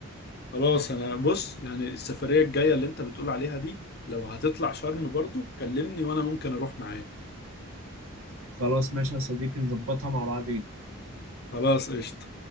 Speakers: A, on the left (about 45°); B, on the right (about 80°).
A: خلاص انا بص يعني السفريه الجايه اللي انت بتقول عليها دي لو هتطلع شرم برضو كلمني وانا ممكن اروح معاك
B: خلاص ماشي يا صديقي نظبطها مع بعض
A: خلاص قشطة